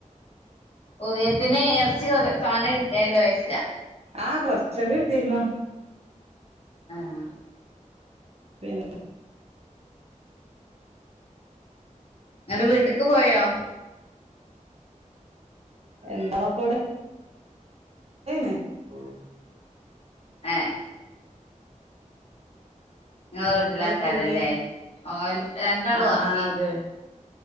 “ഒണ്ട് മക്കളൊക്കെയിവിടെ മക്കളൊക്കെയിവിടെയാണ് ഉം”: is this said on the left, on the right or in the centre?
Right